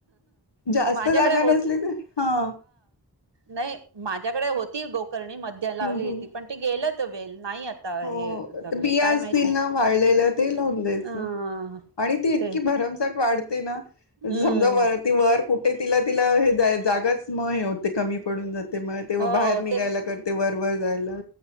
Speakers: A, on the left; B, on the right.
A: जास्त
B: माझ्याकडे
A: जागा
B: होत
A: नसली तर, हा.
B: नाही माझ्याकडे होती. करणी मध्य लावली
A: हम्म हम्म.
B: होती पण ते गेलं. तो वेल नाही आता हे
A: हो,
B: जगले
A: बिया
B: काय माहित
A: असतील
B: नाही
A: ना वाळलेला ते लावून द्यायचं.
B: अ
A: आणि
B: ते
A: की भरमसाठ वाढते ना.
B: हम्म
A: झमजा वरती वर कु तिला तिला हे जय जागाच म हे होते कमी पडून जाते. तेव्हा तेव्हा
B: हो
A: बाहेर निघायला
B: ते
A: करते वर. वर जायला.